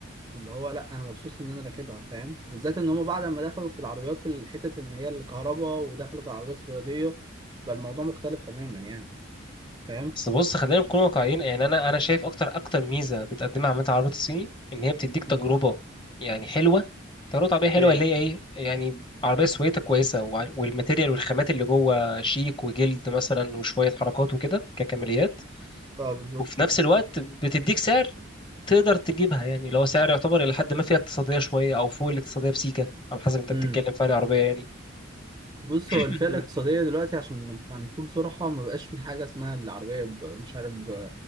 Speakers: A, on the right (about 20°); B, on the left (about 25°).
A: اللي هو لا انا مبسوط ان انا راكبها فاهم بالذات ان هم بعد ما دخلوا في العربيات الحتت ان هي الكهرباء ودخلوا في العربيات الرياضيه بقى الموضوع مختلف تماما يعني فاهم
B: بس بص خلينا نكون واقعيين يعني انا انا شايف اكتر اكتر ميزه بتقدمها عامه العربيات الصيني ان هي بتديك تجربه
A: مم.
B: يعني حلوه تجربه عربيه حلوه
A: ايوه
B: اللي هي ايه يعني عربيه سويتها كويسه وع- والماتيريال والخامات اللي جوه شيك وجلد مثلا وشويه حركات وكده ككماليات
A: اه بالظبط
B: وفي نفس الوقت بتديك سعر تقدر تجيبها يعني اللي هو سعر يعتبر الى حد ما فيها اقتصاديه شويه او فوق الاقتصاديه بسيكه على حسب انت
A: امم
B: بتتكلم في انهي عربيه يعني
A: بص
B: <coughs>
A: هو الفئه الاقتصاديه
B: <clears throat>
A: دلوقتي عشان نبقى نكون صراحه ما بقاش في حاجه اسمها العربيه ب- مش عارف ب